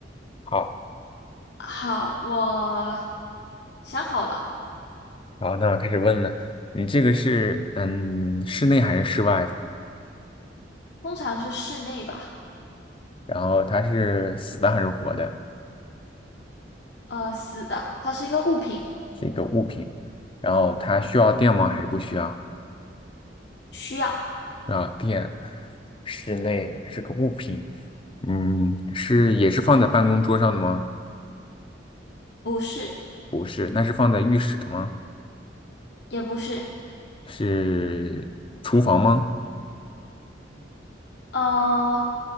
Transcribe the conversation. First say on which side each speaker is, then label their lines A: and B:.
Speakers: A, on the left; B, on the left.
A: 好，
B: 好，我想好了，
A: 好，那我开始问了，你这个是嗯室内还是室外的？
B: 通常是室内吧？
A: 然后它是死的还是活的？
B: 呃，死的，它是一个物品，
A: 是一个物品，然后它需要电吗？还是不需要？
B: 需要，
A: 需要电，室内的是个物品，嗯，是也是放在办公桌上的吗？
B: 不是，
A: 不是，那是放在浴室的吗？
B: 也不是，
A: 是厨房吗？
B: 呃，